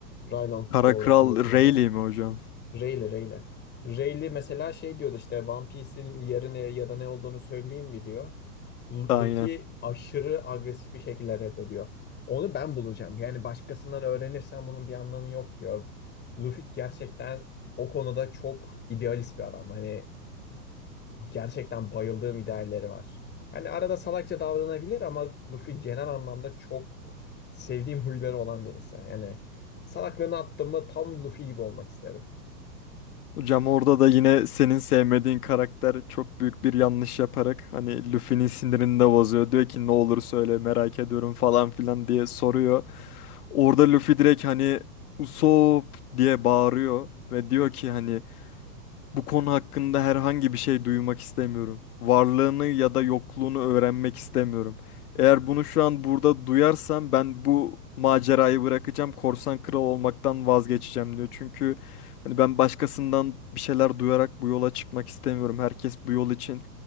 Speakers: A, on the left (about 20°); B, on the left (about 60°).
A: Raylong
B: Kara
A: doğru
B: Kral
A: hatırlıyorsam adı.
B: Rayleigh mi hocam?
A: Rayleigh Rayleigh. Rayleigh mesela şey diyordu işte One Piece'in yerine ya da ne olduğunu söyleyeyim mi diyor. Lu-
B: Aynen.
A: Luffy aşırı agresif bir şekilde reddediyor. Onu ben bulacağım. Yani başkasından öğrenirsen bunun bir anlamı yok diyor. Luffy gerçekten o konuda çok idealist bir adam. Hani Gerçekten bayıldığım idealleri var. Hani arada salakça davranabilir ama Luffy genel anlamda çok sevdiğim huyları olan birisi. Yani salaklığını attım mı tam Luffy gibi olmak isterim.
B: Hocam orada da yine senin sevmediğin karakter çok büyük bir yanlış yaparak hani Luffy'nin sinirini de bozuyor. Diyor ki ne olur söyle merak ediyorum falan filan diye soruyor. Orada Luffy direkt hani Usopp diye bağırıyor ve diyor ki hani bu konu hakkında herhangi bir şey duymak istemiyorum. Varlığını ya da yokluğunu öğrenmek istemiyorum. Eğer bunu şu an burada duyarsam ben bu macerayı bırakacağım. Korsan kral olmaktan vazgeçeceğim diyor. Çünkü hani ben başkasından bir şeyler duyarak bu yola çıkmak istemiyorum. Herkes bu yol için